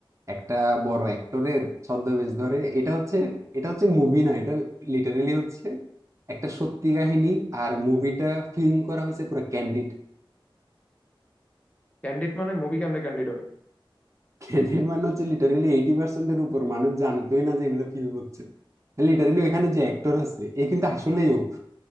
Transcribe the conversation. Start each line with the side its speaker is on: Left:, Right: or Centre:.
Right: একটা বড় অ্যাক্টরের ছদ্মবেশ ধরে এটা হচ্ছে এটা হচ্ছে মুভি না এটা লিটারেলি হচ্ছে একটা সত্যি কাহিনী আর মুভিটা ফিল্ম করা হয়েছে পুরো ক্যান্ডিড
Left: ক্যান্ডিড মানে মুভি কেমনে ক্যান্ডিড হয়
Right: ক্যান্ডিড মানে হচ্ছে লিটারেলি এইটি পার্সেন্টের উপর মানুষ জানতোই না যে এগুলো ফিল্ম হচ্ছে লিটারেলি ওখানে যে অ্যাক্টর আছে এ কিন্তু আসলেই ও